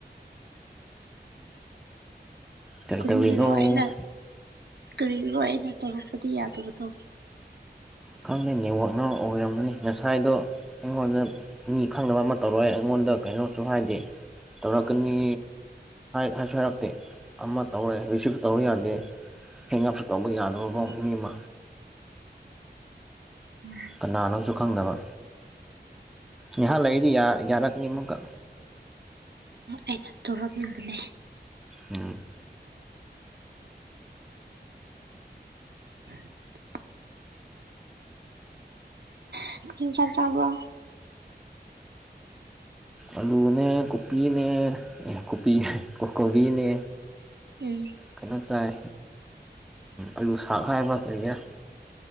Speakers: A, in the centre; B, on the right.
A: ꯀꯔꯤ
B: ꯀꯔꯤꯒꯤꯅꯣ
A: ꯇꯧꯔꯤꯅꯣ
B: ꯑꯩꯅ ꯀꯔꯤꯒꯤꯅꯣ ꯑꯩꯅ ꯇꯧꯔꯛꯄꯗꯤ ꯌꯥꯗꯕꯗꯣ
A: ꯈꯪꯗꯦ ꯅꯦꯠꯋꯥꯛꯅ ꯑꯣꯏꯔꯝꯒꯅꯤ ꯉꯁꯥꯏꯗꯣ ꯑꯩꯉꯣꯟꯗ ꯃꯤ ꯈꯪꯗꯕ ꯑꯃ ꯇꯧꯔꯛꯑꯦ ꯑꯩꯉꯣꯟꯗ ꯀꯩꯅꯣꯁꯨ ꯍꯥꯏꯗꯦ ꯇꯧꯔꯥꯛꯀꯅꯤ ꯍꯥꯏꯁꯨ ꯍꯥꯏꯔꯛꯇꯦ ꯑꯃ ꯇꯧꯔꯦ ꯔꯤꯁꯤꯞꯁꯨ ꯇꯧꯕ ꯌꯥꯗꯦ ꯍꯦꯡꯑꯞꯁꯨ ꯇꯧꯕ ꯌꯥꯗꯦ <unintelligible>
B: ꯎꯝ <unintelligible>
A: ꯀꯅꯥꯅꯣꯁꯨ ꯈꯪꯗꯕ ꯅꯍꯥꯟ ꯂꯩꯏꯗꯤ ꯌꯥꯔꯛꯀꯅꯤ ꯑꯃꯨꯛꯀ
B: ꯑꯩꯅ ꯇꯧꯔꯛ ꯏꯕꯅꯦ
A: ꯎꯝ
B: <unintelligible> <unintelligible> ꯆꯥꯛ ꯆꯕ꯭ꯔꯣ
A: ꯑꯂꯨꯅꯦ ꯀꯣꯄꯤꯅꯦ ꯀꯣꯄꯤ ꯀꯣꯕꯤꯅꯦ
B: ꯎꯝ
A: ꯀꯩꯅꯣ ꯆꯥꯏ ꯑꯂꯨ ꯁꯥꯛ ꯍꯥꯏꯕ ꯀꯔꯤꯔꯥ